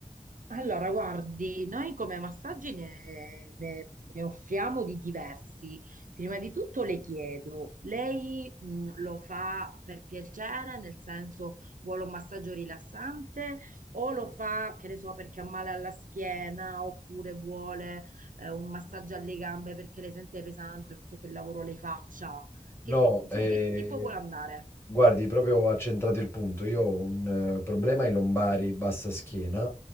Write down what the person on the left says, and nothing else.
No,
eh,
Guardi, proprio ha centrato il punto. Io ho un eh, problema ai lombari, bassa schiena.